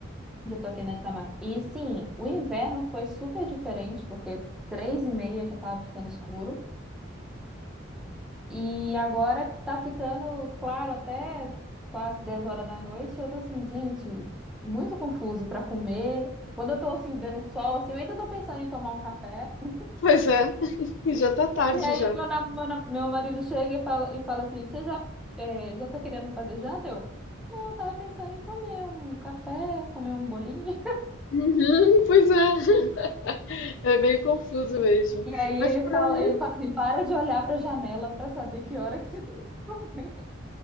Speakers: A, in the centre; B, on the left.
A: Eu tô aqui na Dinamarca. E sim, o inverno foi super diferente, porque três e meia já tava ficando escuro. E agora tá ficando claro até quase 10 horas da noite. Eu tô assim, gente, muito confuso pra comer. Quando eu tô assim, vendo o sol, assim, eu ainda tô pensando em tomar um café. <laughs>
B: Pois é, <laughs> e já tá tarde
A: E aí
B: já.
A: meu, na- meu, na- meu marido chega e fala, e fala assim: Você já, é, já tá querendo fazer janta? Eu, não, eu tava pensando em comer um café, comer um bolinho.
B: Uhum, pois é, é meio confuso mesmo.
A: E aí ele
B: Mas para
A: fala,
B: mim,
A: ele fala assim, para de olhar para a janela para saber que hora que você vai. <laughs>